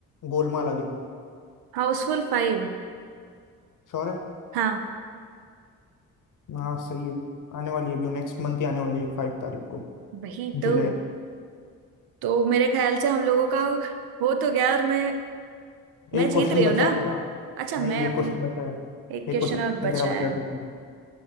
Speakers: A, on the left; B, on the right.
A: Golmaal again
B: Housefull five
A: Sure है
B: हाँ
A: हाँ सही है आने वाली है अभी नेक्स्ट मंथ ही आने वाली है फाइव तारीख को
B: वही
A: जुलाई
B: तो तो मेरे ख्याल से हम लोगों का हो तो गया और मैं मैं
A: एक
B: जीत
A: क्वेश्चन
B: रही हूँ
A: बचा
B: ना
A: है तेरा
B: अच्छा
A: नहीं
B: मैं
A: एक
B: अभी
A: क्वेश्चन बचा है
B: एक क्वेश्चन
A: एक क्वेश्चन
B: और बचा
A: तेरा बचा
B: है
A: है पूछने को